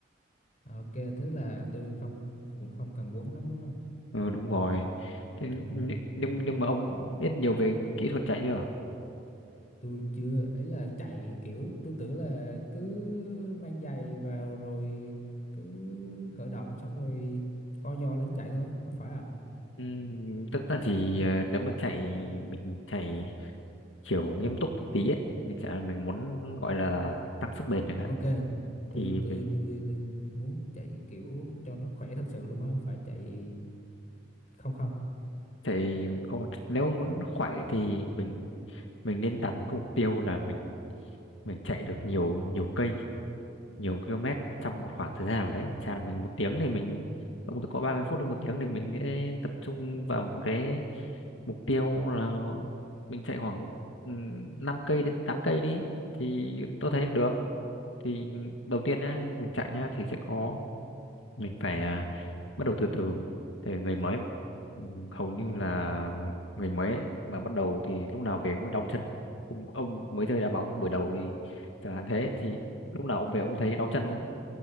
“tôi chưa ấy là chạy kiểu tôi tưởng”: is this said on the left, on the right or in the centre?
Left